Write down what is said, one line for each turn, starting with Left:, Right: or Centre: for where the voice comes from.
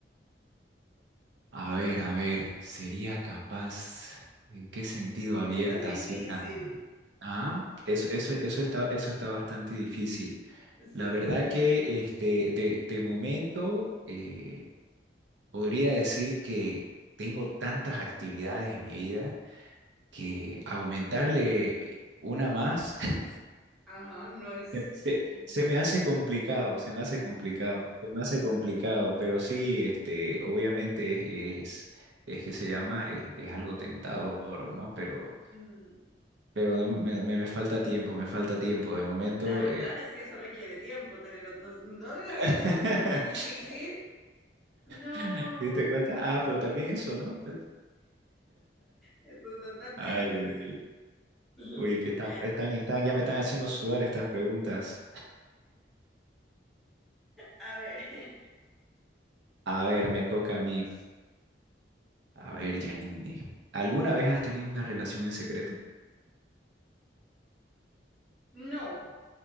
Right: A ver, a ver, ¿sería capaz? ¿En qué sentido abierta
Centre: Eso es difícil.
Right: así la... Ah, eso, eso, eso está, eso está bastante difícil.
Centre: Sí,
Right: La verdad que este, de, de momento eh, podría decir que tengo tantas actividades en mi vida que aumentarle una más <laughs>
Centre: ajá, no es...
Right: Se, se-
Centre: mm,
Right: se me hace complicado, se me hace complicado, se me hace complicado, pero sí, este, obviamente es, es que se llama, es, es algo tentador, ¿no? Pero,
Centre: mm,
Right: pero no, me, me- me falta tiempo, me falta tiempo. De momento,
Centre: La verdad
Right: eh,
Centre: es que eso requiere tiempo, tener dos, dos relaciones,
Right: <laughs>
Centre: de por si una es difícil. No,
Right: ¿Te diste cuenta? Ah, pero también eso, ¿no?
Centre: eso es bastante
Right: Ay,
Centre: difícil.
Right: ay, ay.
Centre: <laughs>
Right: Oye, que están, están, están, ya me están haciendo sudar estas preguntas.
Centre: A ver,
Right: A ver, me toca a mí. A ver, Janine, ¿alguna vez has tenido una relación en secreto?
Centre: <laughs> no,